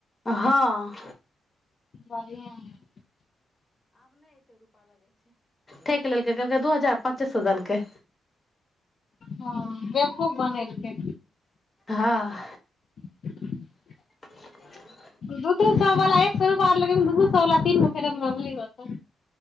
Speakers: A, on the left; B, on the left.
A: हाँ
B: <unintelligible>
A: ठेक लेलकै कहलकै दू हजार पाँचे सौ देलकै
B: ह बेब्कुफ बनेलके
A: हँ
B: <unintelligible>
A: <unintelligible>
B: दू दू सौ वाला एक सौ रुपआ आर लगेबही दू दू सौ वाला तीन गो फेरमलब्ली होतो